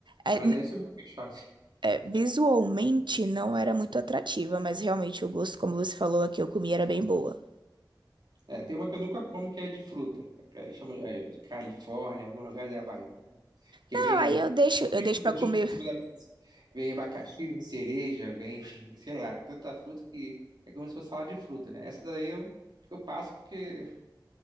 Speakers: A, on the right; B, on the right.
A: É,
B: Mas é isso mesmo que eles fazem.
A: é, visualmente não era muito atrativa, mas realmente o gosto, como você falou, a que eu comi era bem boa.
B: É, tem uma que eu nunca como que é de fruta. que Eles chamam é, de Califórnia, alguns lugares é Havaiana, que
A: Não,
B: vem
A: aí eu deixo,
B: um monte
A: eu
B: de
A: deixo
B: fruta
A: para
B: junto
A: comer.
B: em cima da pizza. Vem abacaxi, vem cereja, vem, <laughs> sei lá, tanta fruta que é como se fosse salada de fruta, né? Essa daí eu, eu passo porque